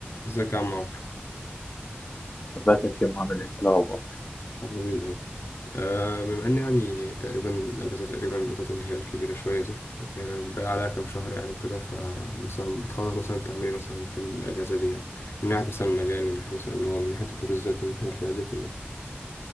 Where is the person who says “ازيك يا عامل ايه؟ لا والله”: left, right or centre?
Left